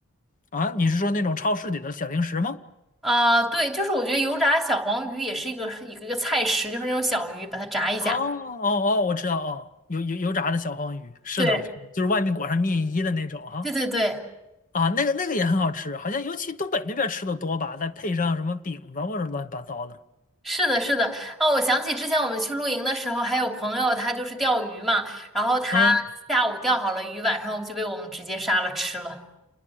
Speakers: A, on the left; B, in the centre.
A: 啊。你是说那种超市里的小零食吗？
B: 啊、对，就是我觉得油炸小黄鱼也是一个一个一个菜食，就是那种小鱼，把它炸一下。
A: 哦哦哦，我知道哦，油油油炸的小黄鱼，是的是的就是外面裹上面衣的那种哈。
B: 对，对对对，
A: 啊，那个那个也很好吃，好像尤其东北那边吃的多吧，再配上什么饼子或者乱七八糟的。
B: 是的，是的。哦，我想起之前我们去露营的时候，还有朋友他就是钓鱼嘛，然后他下午钓好了鱼，
A: 嗯，
B: 晚上就被我们直接杀了吃了。